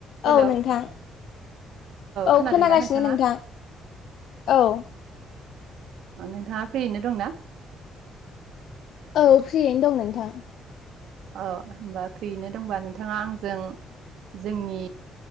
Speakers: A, on the right; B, on the left.
A: हेलौ
B: औ नोंथां औ
A: खोनादोंना
B: खोनागासिनो
A: नोंथाङा
B: नोंथां औ।
A: नोंथाङा फ्रियैनो दंना?
B: औ फ्रियै दं नोंथां।
A: अ होमबा फ्रियैनो दंबा नोंथाङा आंजों जोंनि